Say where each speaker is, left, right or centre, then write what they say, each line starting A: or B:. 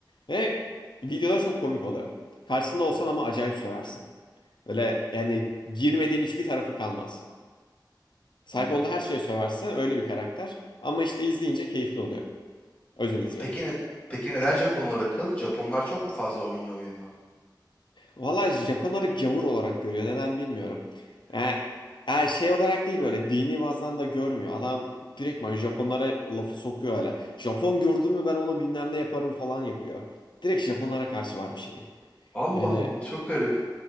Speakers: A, on the left; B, on the left.
A: Ve videoda çok komik oluyor. Karşısında olsan ama acayip söversin. Öyle yani girmediğin hiçbir tarafı kalmaz. Sahip
B: <laughs> Aa.
A: olduğu her şeye söverse öyle bir karakter. Ama işte izleyince keyifli oluyor. O yüzden izliyorum.
B: Peki ne, peki neden Japonlar akıl? Japonlar çok mu fazla oynuyor oyunu?
A: Valla Japonları gavur olarak görüyor. Neden bilmiyorum. Yani, yani şey olarak değil böyle dini bazdan da görmüyor. Adam direktman Japonlara lafı sokuyor öyle. Japon gördün mü ben onu bilmem ne yaparım falan yapıyor. Direkt Japonlara karşı var bir şeyi.
B: Allah
A: Yani
B: Allah çok garip.